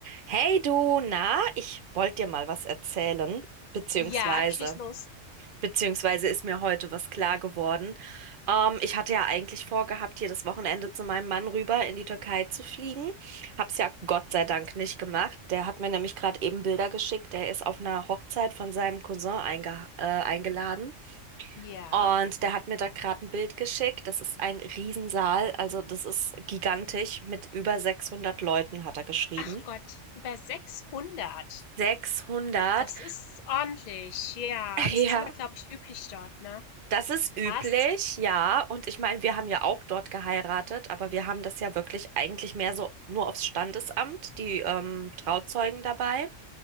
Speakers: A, on the right (about 55°); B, on the left (about 80°).
A: Hey du, na, ich wollte dir mal was erzählen, beziehungsweise,
B: Ja, schieß los.
A: beziehungsweise ist mir heute was klar geworden. Ähm, ich hatte ja eigentlich vorgehabt, hier das Wochenende zu meinem Mann rüber in die Türkei zu fliegen. Hab's ja Gott sei Dank nicht gemacht. Der hat mir nämlich gerade eben Bilder geschickt. Der ist auf einer Hochzeit von seinem Cousin einge äh, eingeladen.
B: Ja.
A: Und der hat mir da gerade ein Bild geschickt. Das ist ein Riesensaal, also das ist gigantisch. Mit über 600 Leuten hat er geschrieben.
B: Ach Gott, über 600.
A: 600.
B: Das ist ordentlich. Ja, das
A: Ja,
B: ist aber, glaube ich, üblich dort, ne?
A: das ist
B: Krass.
A: üblich, ja. Und ich meine, wir haben ja auch dort geheiratet, aber wir haben das ja wirklich eigentlich mehr so nur aufs Standesamt, die ähm, Trauzeugen dabei.